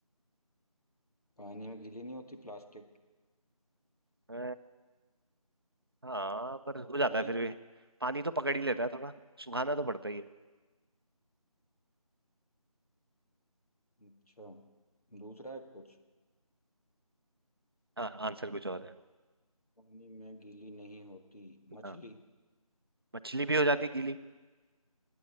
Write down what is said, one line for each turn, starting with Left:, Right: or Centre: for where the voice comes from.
Left: पानी में गीली नहीं होती प्लास्टिक
Right: अ, हाँ पर हो जाता
Left: नहीं
Right: है फिर भी पानी तो पकड़ ही लेता है थोड़ा सुखाना तो पड़ता ही है
Left: अच्छा दूसरा है कुछ
Right: हाँ आंसर कुछ और है
Left: पानी में गीली नहीं होती मछली
Right: हाँ मछली भी हो जाती है गीली